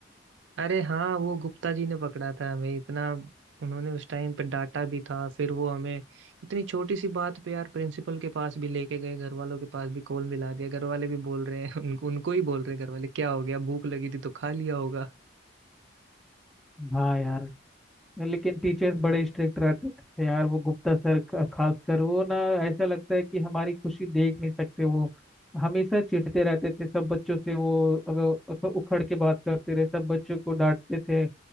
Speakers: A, on the right; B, in the centre.
A: अरे हाँ वो गुप्ता जी ने पकड़ा था हमें इतना उन्होंने उस टाइम पे डांटा भी था फिर वो हमें इतनी छोटी सी बात पे यार प्रिंसिपल के पास भी लेके गए घर वालों के पास भी कॉल मिला दिया घर वाले भी बोल रहे हैं <laughs> उनको उनको ही बोल रहे हैं घर वाले क्या हो गया भूख लगी थी तो खा लिया होगा
B: हाँ यार लेकिन टीचर्स बड़े स्ट्रिक्ट रहते थे यार वो गुप्ता सर ख- खासकर वो ना ऐसा लगता है कि हमारी खुशी देख नहीं सकते वो हमेशा चिढ़ते रहते थे सब बच्चों से वो अगर अगर उखड़ के बात करते रहे सब बच्चों को डांटते थे